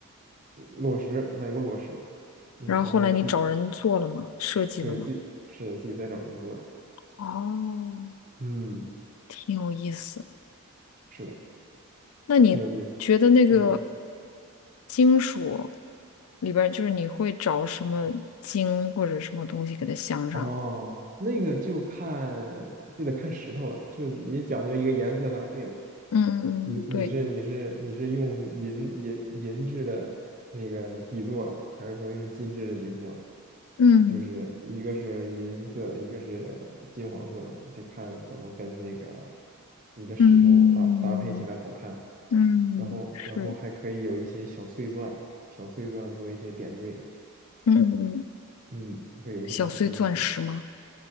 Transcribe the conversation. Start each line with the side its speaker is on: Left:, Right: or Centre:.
Right: 裸石，买过裸石。嗯，
Left: 然后后来你找人做了吗？
Right: 然后自
Left: 设计了吗？
Right: 对自己是的自己在找人做的。
Left: 哦，
Right: 嗯，
Left: 挺有意思。
Right: 是的，
Left: 那你觉得那个
Right: 很有意思。嗯，
Left: 金属里边，就是你会找什么金或者什么东西给它镶上？
Right: 哦，那个就看就得看石头了，就也讲究一个颜色搭配嘛。
Left: 嗯嗯嗯，
Right: 你你是你是你是用银银银质的那个底座，
Left: 对，
Right: 还是说用金质的底座？
Left: 嗯
Right: 就是一个是银色的，一个是金黄色的，就看怎么跟那个你的石头搭搭配起来好看。
Left: 嗯嗯，
Right: 然后然后还可以有一些小碎钻，
Left: 是，
Right: 小碎钻做一些点缀。
Left: 嗯嗯，
Right: 嗯，它可以有一些小碎钻做。
Left: 小碎钻石吗？